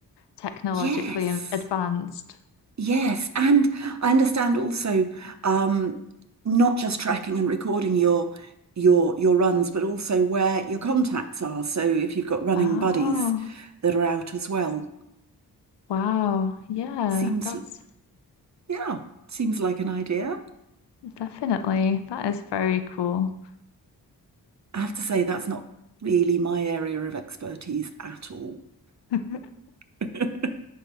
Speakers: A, on the left; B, on the right.
A: technologically
B: Yes.
A: a- advanced.
B: Yes, and I understand also um, not just tracking and recording your your your runs, but also where your contacts are. So if you've got running
A: Oh,
B: buddies that are out as well,
A: wow. Yeah,
B: seems
A: that's
B: yeah, seems like an idea.
A: definitely, that is very cool.
B: I have to say that's not really my area of expertise at all.
A: <laughs>
B: <laughs>